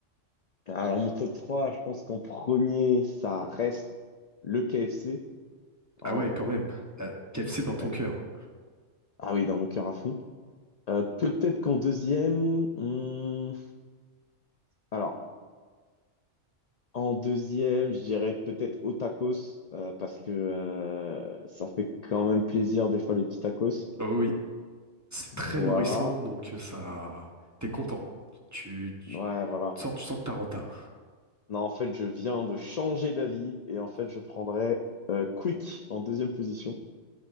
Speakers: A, on the left; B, on the right.
A: alors mon top 3, je pense qu'en premier, ça reste le KFC. hein,
B: Ah ouais, quand
A: euh,
B: même. Euh, KFC
A: ah
B: dans ton
A: ouais.
B: cœur.
A: Ah oui, dans mon cœur à fond. Euh, peut-être qu'en deuxième, hmm, alors en deuxième, je dirais peut-être au tacos euh, parce que euh, ça fait quand même plaisir des fois les petits tacos.
B: Oh oui, c'est très
A: Voilà.
B: nourrissant, donc ça t'es content. Tu, tu,
A: Ouais, voilà.
B: tu sors, tu sens que t'as renta.
A: Non, en fait, je viens de changer d'avis et en fait, je prendrais euh, Quick en deuxième position.